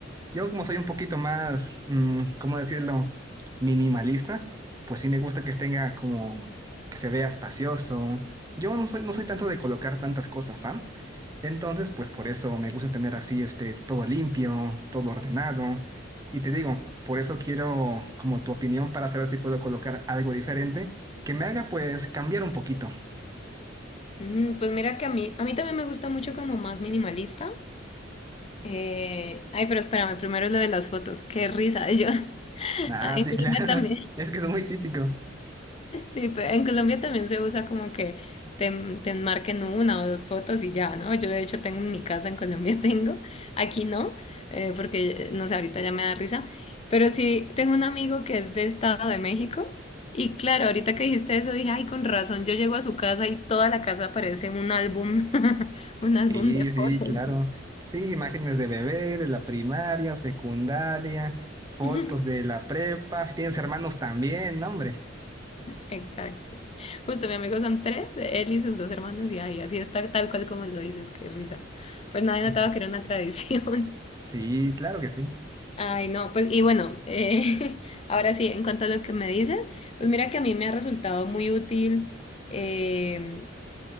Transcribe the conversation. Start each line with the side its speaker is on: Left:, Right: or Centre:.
Right: Yo como soy un poquito más, mm, ¿cómo decirlo? Minimalista, pues sí me gusta que tenga como que se vea espacioso. Yo no soy, no soy tanto de colocar tantas cosas, ¿va? Entonces, pues por eso me gusta tener así este todo limpio, todo ordenado. Y te digo, por eso quiero como tu opinión para saber si puedo colocar algo diferente que me haga pues cambiar un poquito.
Left: Mm, pues mira que a mí, a mí también me gusta mucho como más minimalista. Eh, ay, pero espérame, primero lo de las fotos. Qué risa, yo. <laughs>
Right: Ah,
Left: Ay,
Right: sí,
Left: niña
Right: <laughs> claro.
Left: también.
Right: Es que es muy típico.
Left: Sí, pe- en Colombia también se usa como que te, te marquen una o dos fotos y ya, ¿no? Yo de hecho tengo en mi casa, en Colombia <laughs> tengo, aquí no, eh, porque eh, no sé, ahorita ya me da risa, pero sí tengo un amigo que es de Estado de México y claro, ahorita que dijiste eso dije, ay, con razón, yo llego a su casa y toda la casa parece un álbum, <laughs> un
Right: Sí,
Left: álbum de
Right: sí,
Left: fotos.
Right: claro. Sí, imágenes de bebé, de la primaria, secundaria, fotos
Left: <laughs>
Right: de la prepa, si tienes hermanos también, ¿no, hombre.
Left: Exacto. Justo, mi amigo son tres, él y sus dos hermanos, y ahí así está tal cual como lo dices, qué risa. Pues nadie
Right: Ujú.
Left: notaba que era una <laughs> tradición.
Right: Sí, claro que sí.
Left: Ay, no, pues y bueno, eh, <laughs> ahora sí, en cuanto a lo que me dices, pues mira que a mí me ha resultado muy útil em,